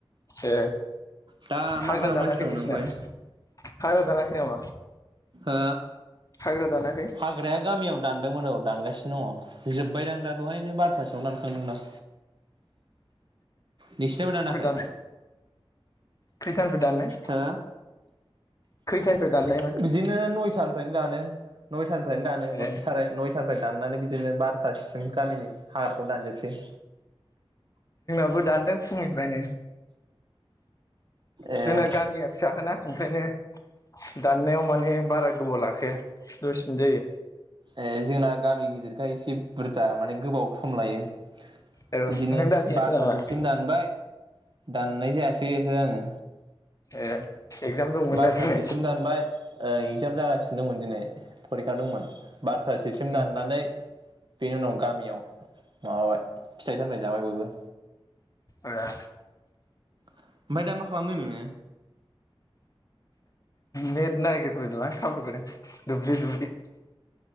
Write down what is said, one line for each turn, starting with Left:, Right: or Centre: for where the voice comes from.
Left: ए
Right: दा
Left: हाग्रा
Right: मा खालामगासिनो
Left: दानाखै
Right: दं
Left: नोंसिना
Right: नों ओमफ्राय
Left: हाग्रा दानाखै नामा?
Right: हो
Left: हाग्रा दानाखै
Right: हाग्राया गामियाव दान दोंमोन औ दानगासिनो दङ जोबबाय दांं दा दहायनो बार'थासोआवनो दानखांदों दां। नोंसोनाबो दानाखै।
Left: दानाय खैथानिफ्राय दाननाय
Right: हो
Left: खैथानिफ्राय
Right: बिदिनो
Left: दाननायमोन
Right: नयथानिफ्रायनो दानो। नय फ्रायनो दानो
Left: ए
Right: साराय नय नयथानिफ्राय दाननानै बिदिनो बार'थासिम गामिनि हाग्राखौ दानजोबसै।
Left: आंबो दानदों फुंनिफ्रायनो
Right: ए
Left: जोंना गामिया फिसाखाना ओंखायनो दाननायाव मा माने बारा गोबाव लाखाया। दसेनो जायो।
Right: ए जोंना गामि गिदिरखाय एसे बुरजा माने गोबाव सम लायो।
Left: औ
Right: बिदिनो
Left: नों दानहैयाखै
Right: बार'थासोसिम
Left: नामा
Right: दानबाय। दाननाय जायासैखौ ओहो आङो।
Left: ए एगजाम दंमोन
Right: बार'थासोसिम
Left: ना दिनै
Right: दानबाय, ओ एक्जाम जागासि दंमोन दिनै फरिखा दंमोन। बारथाासोसिम
Left: उम
Right: दाननानै बेनि उनाव गामियाव माबाबाय फिथाइ फिथाइ सामथाय जाबाय बयबो
Left: आरो
Right: ओमफ्राय दा मा खालामदों नो नोंङो
Left: नेट नागिरबोदों लां थाबायबोदों दुबलि दुबलि